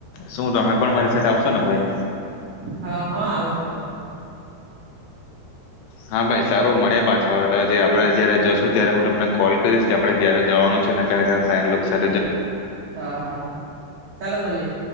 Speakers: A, on the left; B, on the right.
A: શું ત તમે પણ મારી સાથે આવશો ને ભાઈ.
B: હ હા આવ શું.
A: હા, ભાઈ સારું મળે પાછા જે આપડે જયારે જશું ત્યારે હું તમને કોલ કરીશ કે આપડે ક્યારે જવાનું છેને, ક્યા ક ફન સ
B: હા હા ચાલો મલ્લી